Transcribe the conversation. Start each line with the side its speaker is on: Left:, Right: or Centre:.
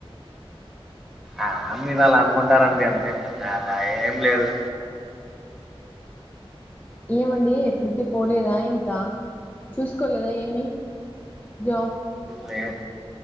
Centre: ఆ మీరు అలా అనుకుంటారండి అంతే ఇంగ అలా ఏం లేదు
Left: ఏమండి ఎక్కడికిీ పోలేదా ఇంకా చూసుకోలేదా ఏమీ జాబ్
Centre: లేదు